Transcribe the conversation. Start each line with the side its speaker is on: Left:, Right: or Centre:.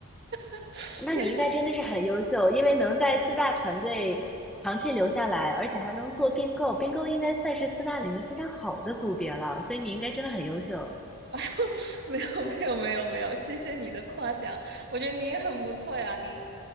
Right: <sniffs>
Centre: 那你应该真的是很优秀，
Right: 现
Centre: 因为能在四大团队长期留下来，而且还能做并购，并购应该算是四大里面非常好的组别了，所以你应该真的很优秀。
Right: <laughs> 哎呦，<laughs> 没有没有没有没有，谢谢你的夸奖，我觉得你也很不错呀。你，